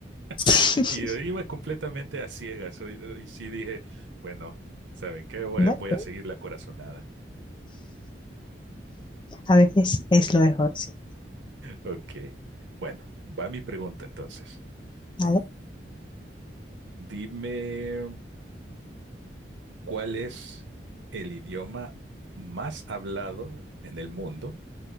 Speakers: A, on the left; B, on the right.
A: <laughs>
B: <laughs> Y yo iba completamente a ciegas. o- o- Y sí dije, bueno, ¿saben qué? Voy
A: Bueno.
B: a voy a seguir la corazonada.
A: A veces es lo mejor, sí.
B: Ok. Bueno, va mi pregunta entonces.
A: ¿Vale?
B: Dime, ¿cuál es el idioma más hablado en el mundo